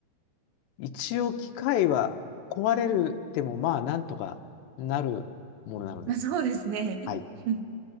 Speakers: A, on the left; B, on the right.
A: 一応機械は壊れるでも、まあ、なんとかなるものなので。
B: まあそうですね。
A: はい
B: うん <laughs>